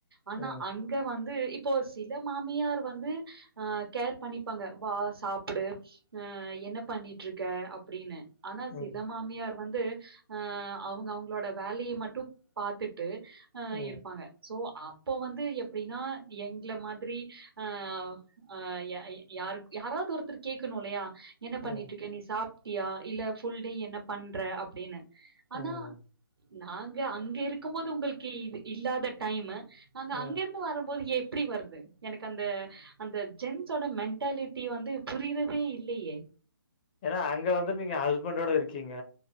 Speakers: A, on the right; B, on the left.
A: ஆனா
B: ம்.
A: அங்க வந்து இப்போ சில மாமியார் வந்து அஹ் கேர் பண்ணிப்பாங்க வா சாப்பிடு அஹ் என்ன பண்ணிட்டு இருக்க அப்டின்னு ஆனா
B: ம்.
A: சில மாமியார் வந்து அ அவங்க அவங்களோட வேலய மட்டும் பாத்துட்டு ஹ
B: ம்.
A: இருப்பாங்க சோ அப்ப வந்து எப் அப்படின்னா எங்களை மாதிரி ஆஹ் ஆஹ் யாரு யாராவது ஒருத்தர் கேட்கணும் இல்லையா என்ன பண்ணிட்டு
B: ம்.
A: இருக்கே நீ சாப் இக்கிய இல்ல புல் டே என்ன பண்ற அப்படின்னு ஆனா
B: ம்.
A: நாங்க அங்க இருக்கும் போது உங்களுக்கு இது இல்லாத டைமு அங்க
B: ம்.
A: அங்கிருந்து வர ப்போது எப்டி வருது எனக்கு அந்த அந்த ஜென்ஸோட மென்டாலிட்டி வந்து புரியறதே இல்லயே
B: ஏன்னா அங்க வந்து நீங்க ஹஸ்பண்டோட இருக்கீங்க